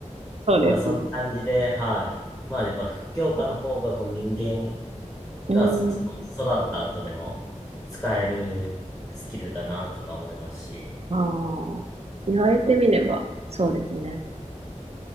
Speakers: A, on the right; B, in the centre.
A: そうですね。
B: まあそんな感じで、はい。まあやっぱ副教科の方がこう人間
A: うん。
B: がそその育った後でも使えるスキルだなとか思いますし、
A: ああ、言われてみれば、そうですね。